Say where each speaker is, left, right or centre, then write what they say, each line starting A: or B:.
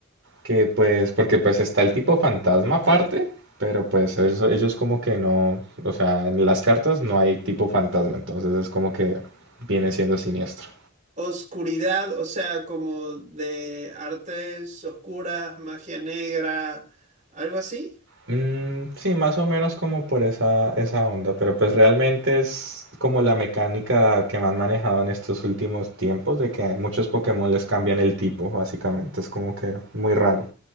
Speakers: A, on the right; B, on the right.
A: que pues, porque pues está el tipo fantasma
B: Ok.
A: aparte, pero pues eso- ellos como que no, o sea, en las cartas no hay tipo fantasma, entonces es como que viene siendo siniestro.
B: Oscuridad, o sea, como de artes oscuras, magia negra, algo así.
A: Mm, sí, más o menos como por esa, esa onda, pero pues realmente es como la mecánica que me han manejado en estos últimos tiempos, de que a muchos Pokémon les cambian el tipo, básicamente, es como que muy raro.